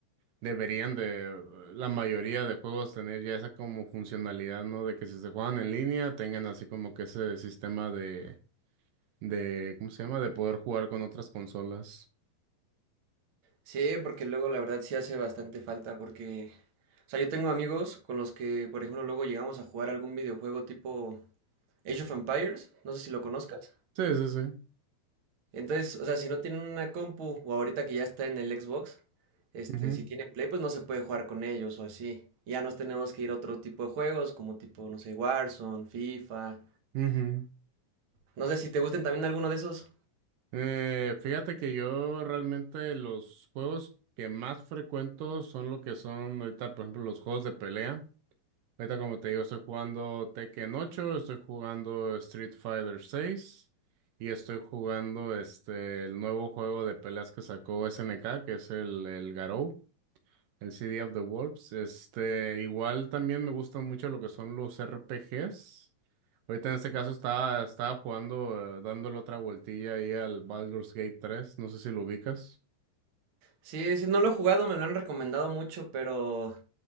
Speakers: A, on the right; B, on the right.
A: deberían de eh, la mayoría de juegos tener ya esa como funcionalidad, ¿no? De que si se juegan en línea tengan así como que ese sistema de de, ¿cómo se llama? De poder jugar con otras consolas.
B: Sí, porque luego la verdad sí hace bastante falta porque... O sea, yo tengo amigos con los que, por ejemplo, luego llegamos a jugar algún videojuego tipo Age of Empires, no sé si lo conozcas.
A: Sí, sí, sí.
B: Entonces, o sea, si no tienen una compu o ahorita que ya está en el Xbox, este,
A: Ujú,
B: si tienen Play, pues no se puede jugar con ellos o así. Y Ya nos tenemos que ir a otro tipo de juegos, como tipo, no sé, Warzone, FIFA.
A: ujú.
B: No sé si te gusten también alguno de esos.
A: Eh, fíjate que yo realmente los juegos que más frecuento son lo que son ahorita, por ejemplo, los juegos de pelea. Ahorita, como te digo, estoy jugando Tekken ocho estoy jugando Street Fighter seis y estoy jugando este el nuevo juego de peleas que sacó SNK, que es el, el Garou. El City of the Wolves. Este, igual también me gustan mucho lo que son los RPGs. Ahorita en este caso estaba, estaba jugando, eh, dándole otra vueltilla ahí al Baldur's Gate tres, No sé si lo ubicas.
B: Sí, sí, no lo he jugado, me lo han recomendado mucho, pero